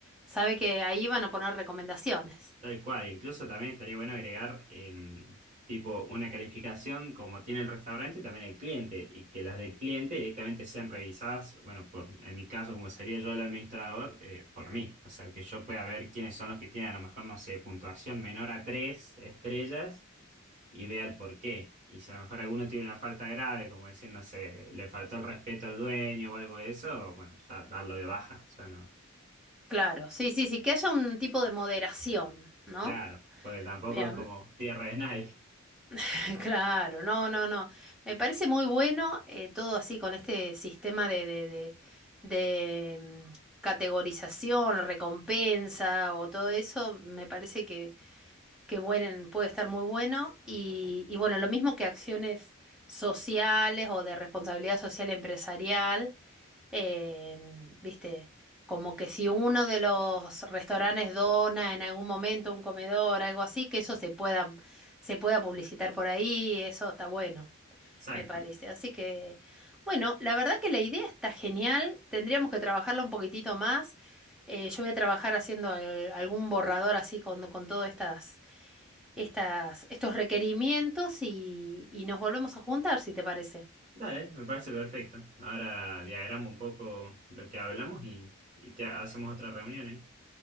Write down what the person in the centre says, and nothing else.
sabe que ahí van a poner recomendaciones.
Claro, sí, sí, sí, que haya un tipo de moderación, ¿no?
Mira,
m-
<laughs> claro, no, no, no. Me parece muy bueno eh, todo así con este sistema de, de, de, de, mm, categorización, recompensa o todo eso. Me parece que, que buen- puede estar muy bueno. Y, y bueno, lo mismo que acciones sociales o de responsabilidad social empresarial. Em, viste, como que si uno de los restaurantes dona en algún momento un comedor, algo así, que eso se pueda, se pueda publicitar por ahí, eso está bueno,
me parece. Así que, bueno, la verdad que la idea está genial, tendríamos que trabajarla un poquitito más. Eh, yo voy a trabajar haciendo al- algún borrador así con, con todas estas, estas, estos requerimientos y, y nos volvemos a juntar, si te parece.